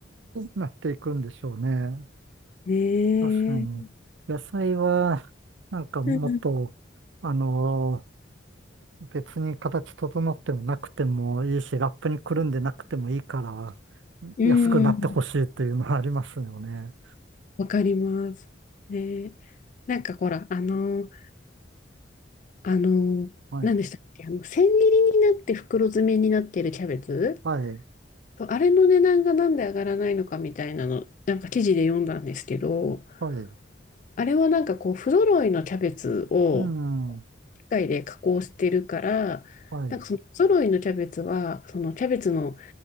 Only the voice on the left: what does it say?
ねえ。
うん、
うん、
わかります。ねえなんかほら、あの、あの、
何でしたっけ、あの、千切りになって袋詰めになってるキャベツ
そうあれの値段がなんで上がらないのかみたいなの、なんか記事で読んだんですけど、
あれはなんかこう、不揃いのキャベツを
機械で加工してるから、
なんかその不揃いのキャベツは、そのキャベツの